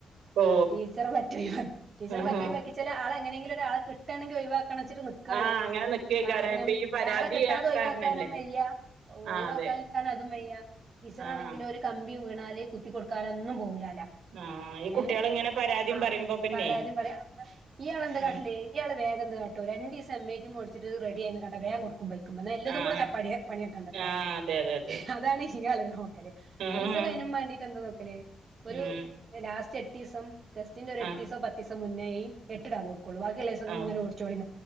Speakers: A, on the right; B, on the right.
A: ഓ
B: ടീച്ചറെ പറ്റ ഒഴിവാ ടീച്ചറെ
A: ആഹാ
B: പറ്റ ഒഴിവാക്കിച്ചാൽ ആൾ എങ്ങനെ ലും ഒരാളെ കിട്ടാണെങ്കിൽ ഒഴിവാക്കന്ന്‌ വിചാരിച്ചിട്ട് നി ക്കാണ്
A: ആഹ് അങ്ങനെ നിക്കേക്കാരം
B: കാരണം
A: ഇപ്പൊ ഈ പരാതി
B: ഒരാളെ കിട്ടാതെ ഒഴിവാക്കാനും
A: കാരനല്ലേ
B: വയ്യ ഒഴിവാക്കാ
A: ആഹ് അതെ
B: ക്കാൻ അതും വയ്യ ടീച്ചറാണെങ്കിലും
A: ആഹ്
B: ഒരു കമ്പി വീണാല് കുത്തി കൊടുക്കാനൊന്നും പോകൂലാല
A: ആഹ് ഈ കുട്ടികൾ
B: ഏഹ്
A: ഇങ്ങനെ പരാതിയും
B: ആഹ്
A: പറയുമ്പോ പിന്നെ
B: വേറാരെലും പറയും ഈ ആള് എന്തക്കാട്ടി
A: ഉം
B: ഇയാള് വേഗം എന്ത്‌ കാട്ടും രണ്ട് ദിവസം എം ഐ ടിമ്മേ ഓടിച്ചിട്ട് റെഡിയയിന്ന് കണ്ട വേഗം കൊടുക്കും പോയി നല്ലതും
A: ആഹ്
B: കൂടെ ചപ്പാടി പണിയെടുക്കണ്ടല്ലോ
A: ആഹ് അതെ അതെ അതെ
B: അതാണ് ഈ ആള് നോക്കല്
A: ആഹ്
B: ടീച്ചർ അതിനും വേണ്ടീട്ട് എന്ത്‌ നോക്കല് ഒരു
A: ഉം
B: ലാസ്റ്റ് എട്ട് ദിവസം ടെസ്റ്റിന്റെ ഒരു എട്ടീസോ
A: ആഹ്
B: പത്തീസോ മുന്നേ ആയി എട്ടിടാവും കൊളു വാക്കിയുള്ളസൊങ്ങനെ
A: ആഹ്
B: ഒഴിച്ചോളി